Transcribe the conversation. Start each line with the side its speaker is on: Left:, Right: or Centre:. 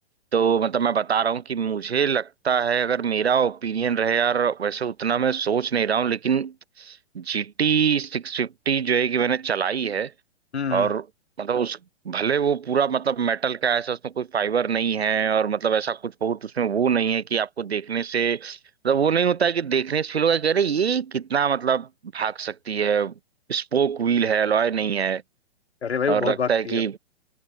Right: तो मतलब मैं बता रहा हूँ कि मुझे लगता है अगर मेरा ओपिनियन रहे यार वैसे उतना मैं सोच नहीं रहा हूँ लेकिन GT सिक्स फिफ्टी जो है कि मैंने चलाई है
Left: हम्म
Right: और
Left: हम्म।
Right: मतलब उस भले वो पूरा मतलब मेटल का है, ऐसा उसमें कोई फाइबर नहीं है और मतलब ऐसा कुछ बहुत उसमें वो नहीं है कि आपको देखने से मतलब वो नहीं होता है कि देखने से फील होगा कि अरे ये कितना मतलब भाग सकती है स्पोक व्हील है अलॉय नहीं है
Left: अरे भाई
Right: और
Left: वो बहुत
Right: लगता
Left: भागती
Right: है
Left: है
Right: कि